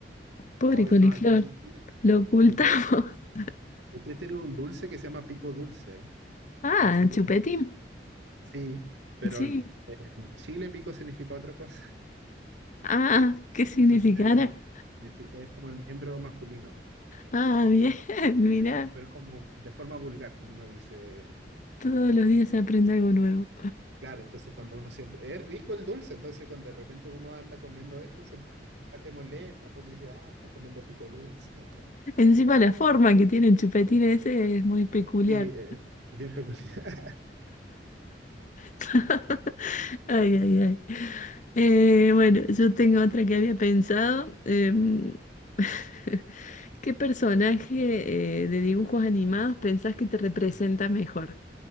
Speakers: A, on the left; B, on the right.
A: Pobre
B: hoy
A: coliflor.
B: no, aquí.
A: Lo ocultamos.
B: Usted,
A: <laughs>
B: usted tiene un dulce que se llama pico dulce.
A: Ah,
B: No sé si
A: chupetín.
B: lo... Sí, pero
A: Sí.
B: en, en Chile pico significa otra cosa. <laughs>
A: Ah, ¿qué significará?
B: Entonces, signifi- es como el miembro masculino.
A: Ah, bien, <laughs> mirá,
B: Es como- pero es como de forma vulgar, uno dice
A: todos los días se aprende algo nuevo.
B: Claro, entonces cuando uno siempre... Es rico el dulce, entonces cuando de repente uno anda comiendo esto, siempre acá te molesta porque dice, ah, está comiendo pico dulce, cosas así.
A: Encima la forma que tiene el chupetín ese es muy peculiar.
B: Sí, eh, bien peculiar. <laughs>
A: <laughs> Ay, ay, ay. Eh, bueno, yo tengo otra que había pensado. em, <laughs> ¿qué personaje eh, de dibujos animados pensás que te representa mejor?